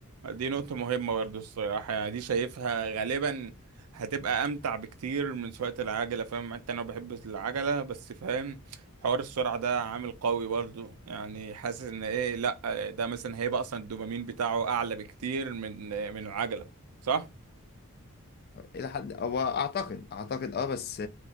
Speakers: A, on the right; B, on the left.
A: دي نقطة مهمة برضه الصراحة يعني دي شايفها غالبا هتبقى أمتع بكتير من سواقة العجلة فاهم أنت أنا بحب العجلة بس فاهم حوار السرعة ده عامل قوي برضه يعني حاسس إن إيه لأ ده مثلا هيبقى أصلا الدوبامين بتاعه أعلى بكتير من من العجلة صح؟
B: الى حد هو اعتقد اعتقد اه بس